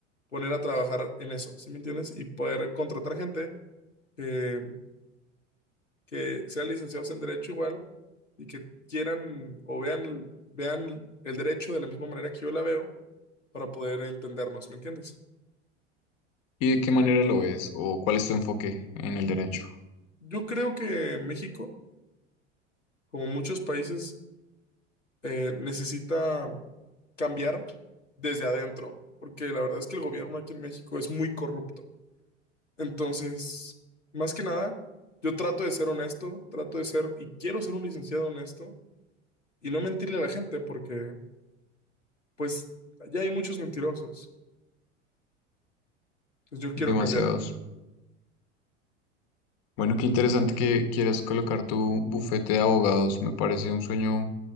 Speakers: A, on the left; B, on the left.
A: poner a trabajar en eso, ¿sí me entiendes? Y poder contratar gente que, que sean licenciados en derecho igual y que quieran o vean, vean el derecho de la misma manera que yo la veo para poder entendernos, ¿me entiendes?
B: ¿Y de qué manera lo ves? ¿O cuál es tu enfoque en el derecho?
A: Yo creo que México, como muchos países, eh, necesita cambiar desde adentro, porque la verdad es que el gobierno aquí en México es muy corrupto. Entonces, más que nada, yo trato de ser honesto, trato de ser, y quiero ser un licenciado honesto, y no mentirle a la gente, porque, pues, ya hay muchos mentirosos. Entonces, yo quiero
B: Demasiados.
A: cambiar eso.
B: Bueno, qué interesante que quieras colocar tu bufete de abogados. Me parece un sueño